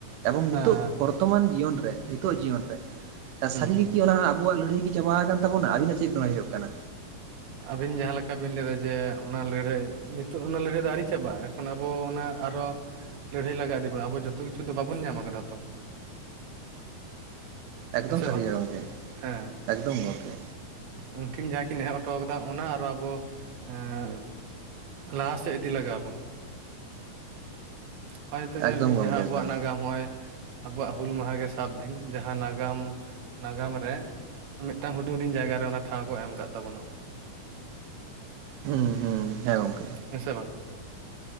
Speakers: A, on the right (about 85°); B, on the right (about 65°).
A: ᱮᱵᱚᱝ ᱱᱤᱛᱚᱜ
B: ᱦᱮᱸ
A: ᱵᱚᱨᱛᱚᱢᱟᱱ ᱡᱤᱭᱚᱱ ᱨᱮ ᱱᱤᱛᱚᱜ ᱡᱤᱭᱚᱱ ᱨᱮ,
B: ᱦᱩᱸ
A: ᱥᱟᱹᱨᱤᱜᱮ ᱠᱤ ᱚᱱᱟ ᱟᱵᱚᱣᱟᱜ ᱞᱟᱹᱲᱦᱟᱹᱭ ᱜᱮ ᱪᱟᱵᱟ ᱟᱠᱟᱱ ᱛᱟᱵᱚᱱᱟ ᱟᱵᱤᱱᱟᱜ ᱪᱮᱫ ᱵᱟᱝ ᱦᱩᱭᱩᱜ ᱠᱟᱱᱟ?
B: ᱟᱹᱵᱤᱱ ᱡᱟᱦᱟᱸ ᱞᱮᱠᱟ ᱵᱤᱱ ᱞᱟᱹᱭ ᱮᱫᱟ ᱡᱮ ᱚᱱᱟ ᱞᱟᱹᱲᱦᱟᱹᱭ ᱱᱤᱛᱚᱜ ᱚᱱᱟ ᱞᱟᱹᱲᱦᱟᱹᱭ ᱫᱚ ᱟᱹᱣᱨᱤ ᱪᱟᱵᱟᱜᱼᱟ᱾ ᱚᱱᱟ ᱟᱵᱚ ᱚᱱᱟ ᱟᱨᱚ ᱞᱟᱹᱲᱦᱟᱹᱭ ᱞᱟᱜᱟᱣ ᱤᱫᱤᱵᱚᱱᱟ ᱟᱵᱚ ᱡᱚᱛᱚ ᱠᱤᱪᱷᱩ ᱫᱚ ᱵᱟᱵᱚᱱ ᱧᱟᱢ ᱠᱟᱫᱟ ᱛᱚ᱾
A: ᱮᱠᱫᱚᱢ
B: ᱦᱮᱸ ᱥᱮ
A: ᱥᱟᱹᱨᱤ
B: ᱵᱟᱝ
A: ᱠᱟᱛᱷᱟ ᱜᱚᱢᱠᱮ
B: ᱦᱮᱸ
A: ᱮᱠᱫᱚᱢ ᱜᱚᱝᱠᱮ᱾
B: ᱩᱱᱠᱤᱱ ᱡᱟᱦᱟᱸ ᱠᱤᱱ ᱮᱦᱚᱵ ᱦᱚᱴᱚ ᱠᱟᱫᱟ ᱚᱱᱟ ᱟᱨᱚ ᱟᱵᱚ ᱮᱸ ᱞᱟᱦᱟ ᱥᱮᱫ ᱤᱫᱤ ᱞᱟᱜᱟᱣ ᱟᱵᱚᱱᱟ᱾ ᱱᱚᱜ ᱱᱤᱛᱚᱜ
A: ᱮᱠᱫᱚᱢ
B: ᱧᱮᱞ ᱵᱤᱱ
A: ᱜᱚᱢᱠᱮ
B: ᱡᱟᱦᱟᱸ ᱟᱵᱚᱣᱟᱜ
A: ᱮᱠᱫᱚᱢ
B: ᱱᱟᱜᱟᱢ ᱱᱚᱜᱚᱭ ᱟᱵᱚᱣᱟᱜ ᱦᱩᱞ ᱢᱟᱦᱟ ᱜᱮ ᱥᱟᱵ ᱵᱤᱱ ᱡᱟᱦᱟᱸ ᱱᱟᱜᱟᱢ ᱱᱟᱜᱟᱢ ᱨᱮ ᱢᱤᱫᱴᱟᱝ ᱦᱩᱰᱤᱧ ᱦᱩᱰᱤᱧ ᱡᱟᱭᱜᱟ ᱨᱮ ᱚᱱᱟ ᱴᱷᱟᱶ ᱠᱚ ᱮᱢ ᱟᱠᱟᱫ ᱛᱟᱵᱚᱱᱟ᱾
A: ᱦᱩᱸ ᱦᱩᱸ ᱦᱮᱸ ᱜᱚᱢᱠᱮ᱾
B: ᱦᱮᱸ ᱥᱮ ᱵᱟᱝ?